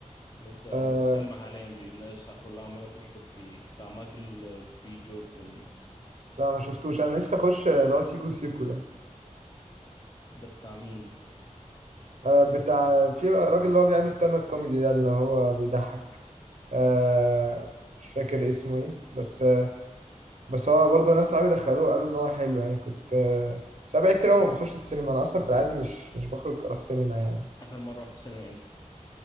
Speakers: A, on the left; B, on the right.
A: لسه
B: آه،
A: هو في السينما حاليا بي... الناس كلها عمالة تشكر فيه بتاع مايكل آه، بي جوردن
B: لا ما شفتوش انا نفسي اخش اللي هو سيكو سيكو ده
A: ده بتاع مين
B: آه بتاع في راجل اللي هو بيعمل ستاند اب كوميدي ده اللي هو بيضحك آه مش فاكر اسمه ايه بس آه بس هو برضه ناس صحابي دخلوه قالوا ان هو حلو يعني كنت آه بس انا بقالي كتير أوي ما بخش السينما انا اصلا في العادي مش مش بخرج اروح سينما يعني
A: آخر مرة رحت السينما امتى